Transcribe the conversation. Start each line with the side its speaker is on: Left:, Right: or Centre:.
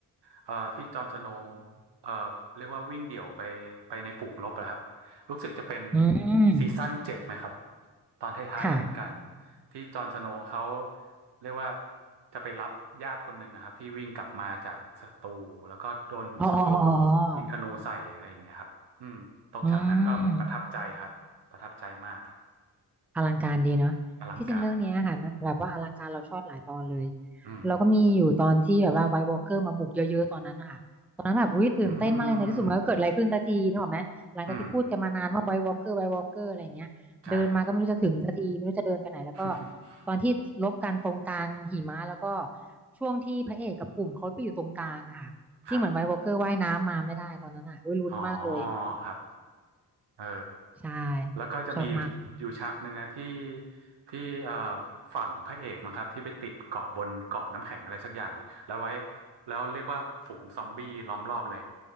Right: เอ่อที่จอห์นสโนว์เอ่อเรียกว่าวิ่งเดี่ยวไปไปในฝูงรบนะครับรู้สึกจะเป็น
Centre: อืม
Right: ซีซั่นเจ็ดไหมครับตอนท้ายๆแล้วเหมือนกัน
Centre: ค่ะ
Right: ที่จอห์นสโนว์เขาเรียกว่าจะไปรับญาติคนหนึ่งอะครับที่วิ่งกลับมาจากศัตรูแล้วก็โดนศัตรู
Centre: อ๋อ อ๋ออ๋ออ๋
Right: ยิงธนูใส่อะไรอย่างเงี้ยครับอืมตรงฉากนั้นก็ประทับใจครับประทับใจมาก
Centre: ออืม อลังการดีเนาะที่จริงเรื่องเนี้ยค่ะมันแบบว่าอลังการเราชอบหลายตอนเลย
Right: อลังการอืม
Centre: เราก็มีอยู่ตอนที่แบบว่าไวท์วอล์กเกอร์มาบุกเยอะๆตอนนั้นนะคะตอนนั้นแบบอุ้ยตื่นเต้นมากเลยในที่สุดมันก็เกิดอะไรขึ้นสักทีนึกออกไหมหลังจากที่พูดกันมานานว่าไวท์วอล์กเกอร์ไวท์วอล์กเกอร์อะไรอย่างเงี้ยเดินมาก็ไม่รู้จะถึงสักทีไม่รู้จะเดินไปไหนแล้วก็
Right: อืมอืม ใช่ <laughs>
Centre: ตอนที่ลบกันตรงกลางหิมะแล้วก็ช่วงที่พระเอกกับกลุ่มเขาไปอยู่ตรงกลางอะค่ะที่เหมือนไวท์วอล์กเกอร์ว่ายน้ำมาไม่ได้ตอนนั้นอ่ะอุ้ยลุ้นมากเลย
Right: ครับ อ๋อครับ เออ
Centre: ใช่
Right: แล้วก็จะมีอยู่อยู่ฉากหนึ่งอะที่
Centre: ชอบมาก
Right: ที่เอ่อฝั่งพระเอกมั้งครับที่ไปติดเกาะบนเกาะน้ำแข็งอะไรสักอย่างอะแล้วไว้แล้วเรียกว่าฝูงซอมบี้ล้อมรอบเลย